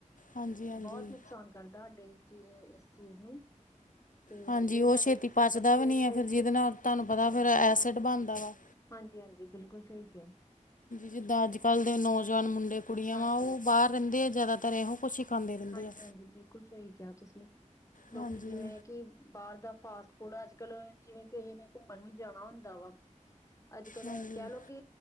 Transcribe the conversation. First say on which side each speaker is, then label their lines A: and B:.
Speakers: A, on the left; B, on the left.
A: ਹਾਂਜੀ ਹਾਂਜੀ
B: ਬੋਤ ਨੁਕਸਾਨ ਕਰਦਾ ਸਾਡੇ ਚ ਇਸ ਚੀਜ਼ ਨੂੰ। ਤੇ
A: ਹਾਂਜੀ
B: ਏ
A: ਉਹ
B: ਸਾਡੇ
A: ਛੇਤੀ ਪਚਦਾ
B: ਮਤਲਬ ਸਿਹਤ
A: ਵੀ ਨਹੀਂ
B: ਲਈ
A: ਹੈ ਫਿਰ ਜਿਹਦੇ ਨਾਲ ਤੁਹਾਨੂੰ ਪਤਾ
B: ਹਾਂਜੀ।
A: ਫਿਰ ਐਸਿਡ ਬਣਦਾ ਵਾ
B: ਹਾਂਜੀ, ਹਾਂਜੀ ਬਿਲਕੁਲ ਸਹੀ ਕਿਹਾ।
A: ਜਿੱਦਾਂ ਅੱਜਕੱਲ੍ਹ ਦੇ ਨੌਜਵਾਨ ਮੁੰਡੇ ਕੁੜੀਆਂ
B: ਹਾਂਜੀ
A: ਵਾ ਓਬਾਰ ਰਹਿੰਦੇ ਆ ਜ਼ਿਆਦਾਤਰ ਇਹੋ ਕੁਛ ਖਾਂਦੇ ਰਹਿੰਦੇ
B: ਹਾਂਜੀ,
A: ਆ
B: ਹਾਂਜੀ ਬਿਲਕੁਲ ਸਹੀ ਕਿਹਾ ਤੁਸੀਂ ਲੋਕੀ
A: ਹਾਂਜੀ
B: ਜਿਵੇਂ ਕਿ ਬਾਰ ਦਾ ਫਾਸਟ ਫੂਡ ਅੱਜਕਲ ਜਿਵੇਂ ਕਿਸੇ ਨੇ ਘੁੰਮਣ ਵੀ ਜਾਣਾ ਹੁੰਦਾ ਵਾ। ਅੱਜਕੱਲ
A: ਹਾਂਜੀ
B: ਕੈ ਲੋ ਕੇ।